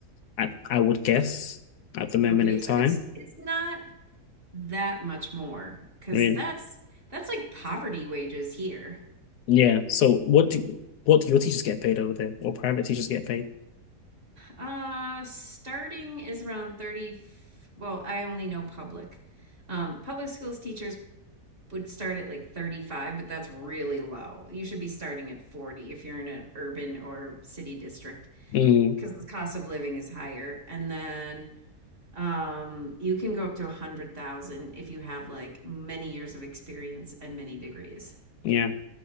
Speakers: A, on the left; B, on the right.
A: I, I would guess at the moment
B: Okay,
A: in
B: so
A: time.
B: it's it's not that much more because
A: I mean,
B: that's that's like poverty wages here.
A: yeah. So what do what do your teachers get paid over there or private teachers get paid?
B: Uh, starting is around 30. Well, I only know public. Um, public schools teachers would start at like 35, but that's really low. You should be starting at 40 if you're in an urban or city district.
A: Mm,
B: because the cost of living is higher. And then um, you can go up to a hundred thousand if you have like many years of experience and many degrees.
A: yeah.